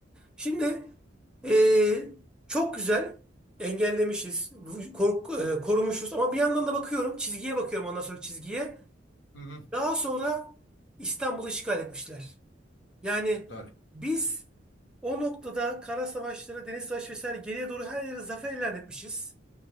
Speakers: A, in the centre; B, on the left.
A: Şimdi eee, çok güzel engellemişiz, bu- kork- eee, korumuşuz ama bir yandan da bakıyorum çizgiye bakıyorum ondan sonra çizgiye.
B: Hı hı.
A: Daha sonra İstanbul'u işgal etmişler. Yani
B: Doğru,
A: biz o noktada kara savaşları, deniz savaşı vesaire geriye doğru her yere zafer ilan etmişiz.